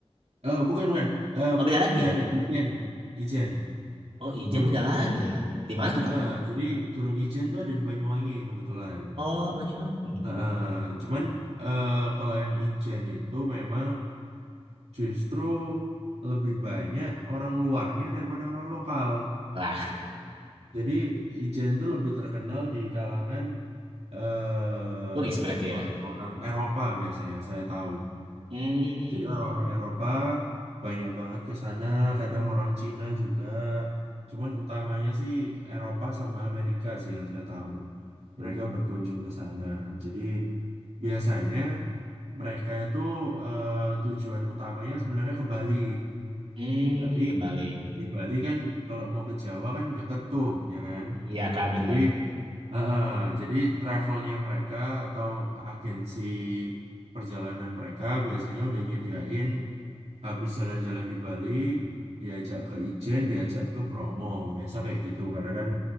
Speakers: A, on the right; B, on the right.
A: Eh, bukan bukan Eh,
B: Oh
A: bukan
B: beda lagi.
A: Rinjani Ijen Ijen
B: Oh Ijen
A: Gunung
B: beda
A: Ijen
B: lagi ya. Di mana tuh
A: Heeh,
B: Kak?
A: jadi Gunung Ijen tuh ada di Banyuwangi kebetulan
B: Oh Banyuwangi.
A: Heeh, cuman eh, kalau yang Ijen itu memang justru lebih banyak orang luarnya daripada orang lokal
B: Lah,
A: jadi Ijen itu lebih terkenal di kalangan eh,
B: logis berarti
A: orang-orang
B: ya.
A: Eropa biasanya yang saya tahu.
B: Hmm.
A: Jadi orang-orang Eropa banyak banget ke sana, kadang orang Cina juga. Cuman utamanya sih Eropa sama Amerika sih yang saya tahu.
B: Uh.
A: Mereka berkunjung ke sana. Jadi biasanya mereka itu eh, tujuan utamanya sebenarnya ke Bali.
B: Hmm,
A: Tapi
B: kebalik.
A: di Bali kan kalau mau ke Jawa kan deket tuh, ya kan?
B: Iya kak bener.
A: Jadi Heeh, jadi travelnya mereka atau agensi perjalanan mereka biasanya udah nyediain habis jalan-jalan di Bali, diajak ke Ijen, diajak ke Bromo, biasa kayak gitu karena kan